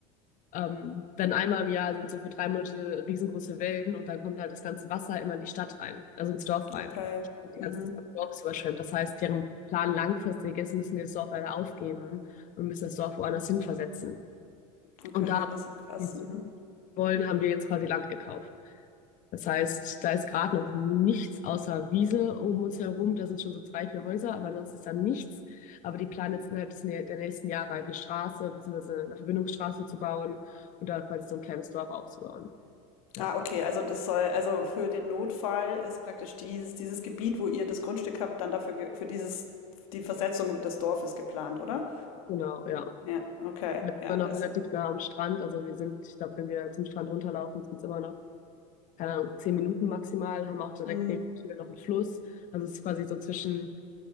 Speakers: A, on the left (about 45°); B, on the left (about 90°).
A: ähm, dann einmal im Jahr sind so für drei Monate riesengroße Wellen und dann kommt halt das ganze Wasser immer in die Stadt rein, also ins Dorf rein.
B: Okay.
A: Und die ganze,
B: Mhm.
A: das ganze Dorf ist überschwemmt. Das heißt, deren Plan langfristig ist, müssen die das Dorf leider aufgeben und müssen das Dorf woanders hin versetzen.
B: Okay,
A: Und da
B: das ist krass.
A: die ziehen
B: Mhm.
A: wollen, haben wir jetzt quasi Land gekauft. Das heißt, da ist gerade noch nichts außer Wiese um uns herum. Da sind schon so drei, vier Häuser, aber sonst ist da nichts. Aber die planen jetzt innerhalb des nä- der nächsten Jahre halt eine Straße, beziehungsweise eine Verbindungsstraße zu bauen und da quasi so ein kleines Dorf aufzubauen. Ja,
B: Ah, okay, also das soll, also für den Notfall ist praktisch dieses, dieses Gebiet, wo ihr das Grundstück habt, dann dafür, ge- für dieses, die Versetzung des Dorfes geplant, oder?
A: genau, ja. Und
B: Ja, okay,
A: Das ist
B: ja,
A: immer
B: also.
A: noch relativ nah am Strand. Also wir sind, ich glaube, wenn wir zum Strand runterlaufen, sind es immer noch, keine Ahnung, zehn Minuten maximal, haben auch direkt
B: Mhm.
A: neben der Tür noch einen Fluss. Also es ist quasi so zwischen